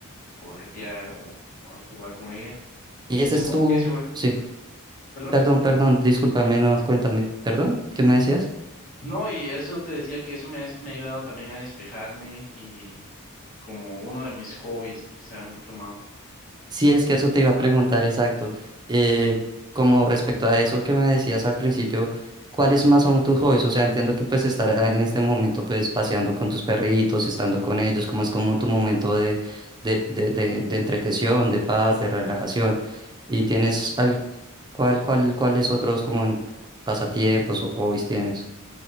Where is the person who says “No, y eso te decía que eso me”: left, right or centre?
Left